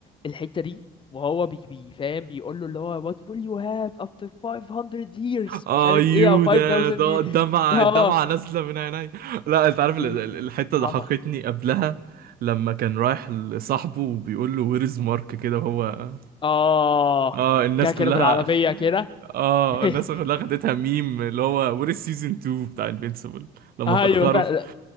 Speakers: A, on the left (about 30°); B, on the right (about 60°).
A: الحته دي وهو بي بي فاهم بيقول له اللي هو what will you have after 500 years
B: ايوه
A: مش عارف ايه او 5000
B: ده ده
A: دي
B: الدمعه
A: اه
B: الدمعه نازله من عيني لا انت عارف
A: دي
B: ال- ال- الحته ضحكتني
A: صعبه
B: قبلها لما كان رايح لصاحبه وبيقول له وير از مارك كده وهو
A: اه
B: اه الناس
A: جا كده
B: كلها
A: بالعربيه كده
B: اه
A: <laughs>
B: الناس كلها خدتها ميم اللي هو وير از سيزون 2 بتاع انفينسيبل لما
A: ايوه
B: اتاخروا
A: فعلا
B: في-